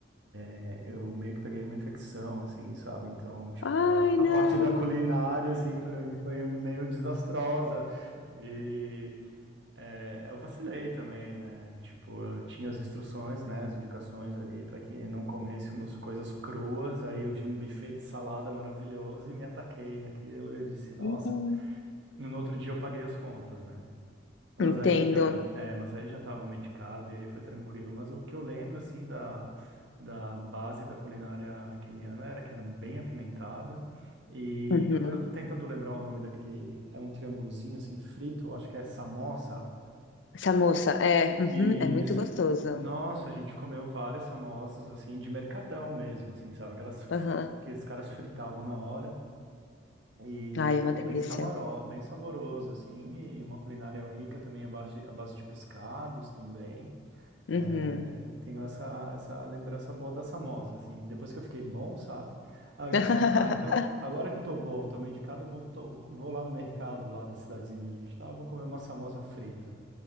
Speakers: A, on the right; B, on the left.
A: É, Eu meio que peguei uma infecção, assim, sabe? Então, tipo,
B: Ai,
A: a, a
B: não!
A: parte da culinária, assim, pra mim foi meio desastrosa. E é, eu vacilei também, né? Tipo, eu tinha as instruções, né? As indicações ali para que não comêssemos coisas cruas. Aí eu vi um buffet de salada maravilhoso e me ataquei naquilo. E eu disse, nossa.
B: Uhum.
A: No outro dia eu paguei as contas, né? Mas
B: Entendo.
A: aí já, é, mas aí já estava medicado e aí foi tranquilo. Mas o que eu lembro, assim, da, da base da culinária queniana era que era bem apimentada. E
B: Uhum.
A: agora eu tô tentando lembrar o nome daquele. É um triângulozinho, assim, frito, eu acho que é samosa.
B: Essa moça, é, uhum,
A: Isso.
B: é muito gostosa.
A: Nossa, a gente comeu várias samosas, assim, de mercadão mesmo, assim, sabe? Aquelas f-
B: Aham.
A: que os caras fritavam na hora. E
B: Ai,
A: tava
B: é uma delícia.
A: bem samaró, bem saboroso, assim, e uma culinária rica também à base de, à base de pescados também.
B: Uhum.
A: É, tenho essa, essa lembrança boa da Samosa, assim, depois que eu fiquei bom, sabe? Aí eu
B: <laughs>
A: disse, ah, então, agora que eu tô bom, tô medicado, eu vou, tô- vou lá no mercado, lá da cidadezinha onde a gente tava, vou comer uma Samosa frita.